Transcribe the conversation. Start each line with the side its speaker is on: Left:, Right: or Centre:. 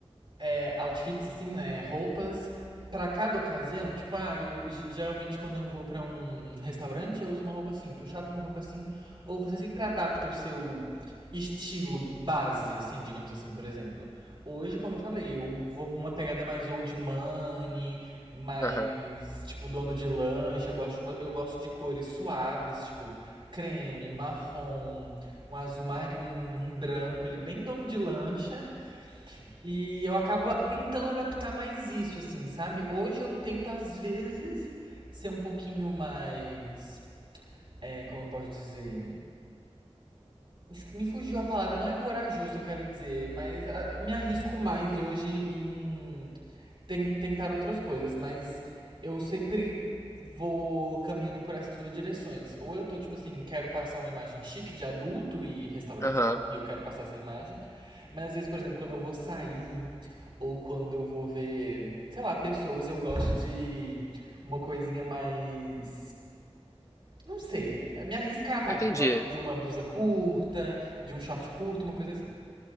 Right: é, outfits, assim, né? Roupas pra cada ocasião. Tipo, ah, eu geralmente quando eu vou pra um restaurante, eu uso uma roupa assim. Pro shopping, uma roupa assim. Ou você sempre adapta o seu estilo base, assim, digamos assim, por exemplo. Hoje, como eu falei, eu vou uma pegada mais old money, mais,
Left: Aham,
Right: tipo, dono de lanche. Eu gosto, de uma- eu gosto de cores suaves, tipo, creme, marrom, um azul marinho, um branco, ele é bem dono de lancha. E eu acabo a tentando adaptar mais isso, assim, sabe. Hoje eu tento, às vezes, ser um pouquinho mais, eh, como eu posso dizer? Esq me fugiu a palavra, não é corajoso eu quero dizer, mas a me arrisco mais hoje em ten- tentar outras coisas, mas eu sempre vou caminhando por essas duas direções. Ou eu tô, tipo assim, quero passar uma imagem chique de adulto e restaurante,
Left: aham.
Right: e eu quero passar essa imagem. Mas às vezes, por exemplo, quando eu vou sair, ou quando eu vou ver, sei lá, pessoas, eu gosto de uma coisinha mais. Não sei, me arriscar mais.
Left: Eu entendi.
Right: Gosto de uma blusa curta, de um short curto, uma coisa assim.